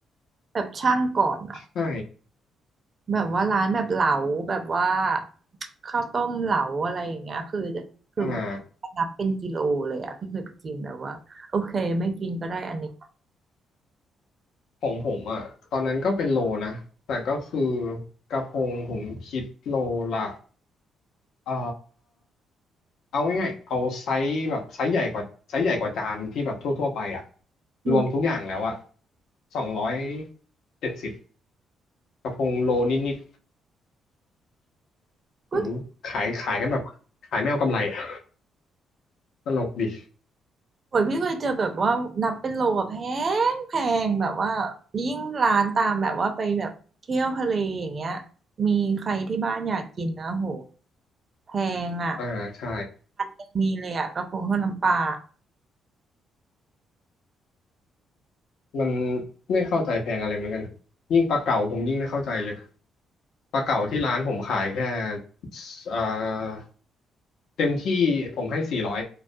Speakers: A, on the right; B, on the left.
A: แบบช่างก่อนอะ
B: ใช่
A: แบบว่าร้านแบบเหลาแบบว่าข้าวต้มเหลาอะไรอย่างเงี้ยคือคือ
B: อ่า
A: นับเป็นกิโลเลยอะพี่เคยไปกินแบบว่าโอเคไม่กินก็ได้อันนี้
B: ของผมอะตอนนั้นก็เป็นโลนะแต่ก็คือกระพงผมคิดโลละเอ่อ เอาง่ายๆเอาไซส์แบบไซส์ใหญ่กว่าไซส์ใหญ่กว่าจานที่แบบทั่วๆไปอ่ะ
A: อืม
B: รวมทุกอย่างแล้วอ่ะสองร้อยเจ็ดสิบกระพงโลนิดๆถึงขายขายกันแบบขายไม่เอากำไรอ่ะ
A: ก็
B: <laughs> ตลกดี
A: โอ้ยพี่เคยเจอแบบว่านับเป็นโลอะแพงแพงแบบว่ายิ่งร้านตามแบบว่าไปแบบเที่ยวทะเลอย่างเงี้ยมีใครที่บ้านอยากกินนะโหแพงอ่ะ
B: อ่าใช่
A: ยังมีเลยอ่ะกระพงทอดน้ำปลา
B: มันไม่เข้าใจแพงอะไรเหมือนกันยิ่งปลาเก๋าผมยิ่งไม่เข้าใจเลยปลาเก๋าที่ร้านผมขายแค่อ่าเต็มที่ผมให้สี่ร้อย